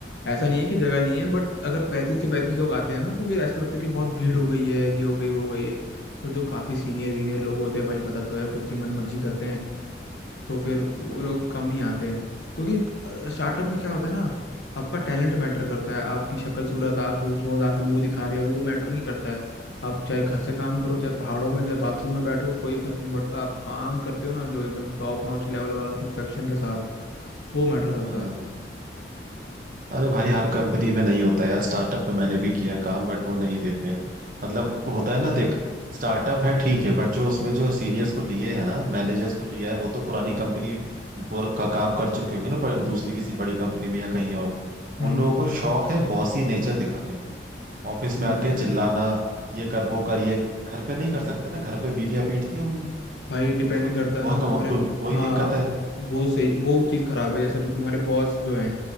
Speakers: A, on the left; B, on the right.
A: ऐसा नहीं है कि जगह नहीं है बट अगर पैंतीस के पैंतीस लोग आते हैं ना तो फिर ऐसा लगता है कि बहुत भीड़
B: हम्म
A: हो गई है ये हो गई वो हो गई है और जो काफी सीनियर
B: अच्छा
A: वीनियर लोग होते हैं भाई पता तो है खुद की मन मर्जी करते हैं तो फिर वो
B: हम्म
A: लोग कम ही आते हैं क्योंकि स्टार्टअप में क्या होता है ना आपका टैलेंट मैटर करता है आपकी शक्ल सूरत आप रोज आके मुंह दिखा रहे हो वो मैटर नहीं करता है आप चाहे घर से काम
B: हम्म,
A: करो चाहे पहाड़ों में चाहे बाथरूम में बैठो कोई फर्क नहीं पड़ता आप काम करते हो ना जो एकदम टॉप नॉच लेवल वाला परफेक्शन के साथ वो मैटर करता
B: हाँ,
A: है
B: अरे भाई हर कंपनी में नहीं होता यार स्टार्टअप में मैंने भी किया है काम बट वो नहीं देते हैं मतलब होता है ना देख स्टार्टअप है ठीक है बट जो उसमें जो सीनियर्स को लिए है ना मैनेजर्स को लिया है वो तो पुरानी कंपनी का काम कर चुके होंगे ना पर दूसरी किसी बड़ी कंपनी में या कहीं और
A: हम्म
B: उन लोगों
A: हम्म,
B: को शौक है बॉसी नेचर दिखाने का ऑफिस में
A: हम्म,
B: आके
A: हम्म।
B: चिल्लाना
A: हम्म।
B: ये कर वो कर ये घर पे नहीं कर सकते ना घर पे बीवियां पीटती होंगी
A: भाई डिपेंड
B: तो वो
A: करता है ना
B: वो,
A: तुम्हारे
B: वो वही
A: हाँ
B: दिक्कत है
A: वो सही वो चीज़ खराब है जैसे अभी तुम्हारे बॉस जो हैं